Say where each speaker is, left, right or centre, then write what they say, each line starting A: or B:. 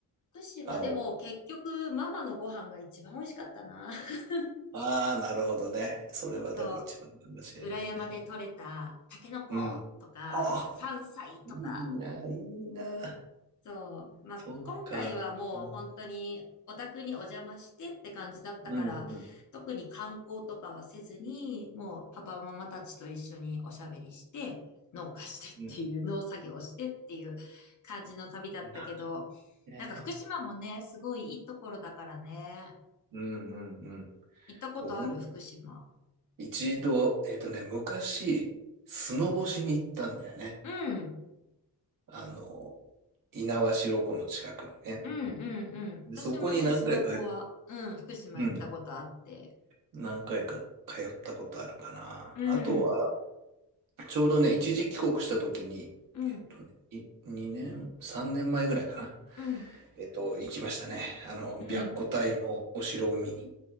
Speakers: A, on the left; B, on the right.
A: 福島でも結局ママのご飯が一番美味しかったな。
B: あの、
A: <laughs>
B: ああ、なるほどね。それはでも一番かもしれないね。
A: そう、裏山で採れたタケノコとか、
B: うん。ああ、
A: 山菜とか、
B: いいな、いいな。
A: そう。まあ、
B: そうか。
A: 今回はもう本当にお宅にお邪魔してって感じだったから、
B: うん、うん、うん。
A: 特に観光とかはせずに、もうパパママたちと一緒におしゃべりして、農家してっていう、
B: うん
A: 農作業をしてっていう感じの旅だったけど、
B: なね。
A: なんか福島もね、すごいいいところだからね。
B: うん、うん、うん。
A: 行ったことある福島。
B: 僕も一度、えっとね、昔、スノボしに行ったんだよね。
A: うん。
B: あの、猪苗代湖の近くにね。
A: うん、うん、うん。
B: で、
A: 私もね、
B: そこに何回か、
A: スノボは、うん、福島行ったことあって。
B: うん。何回か通ったことあるかな。
A: うん、
B: あとは、ちょうどね、一時帰国した時に、
A: うん、
B: えっと、い2年、3年前ぐらいかな。
A: うん、
B: えっと、行きましたね。あの、白虎隊のお城を見に。
A: うん。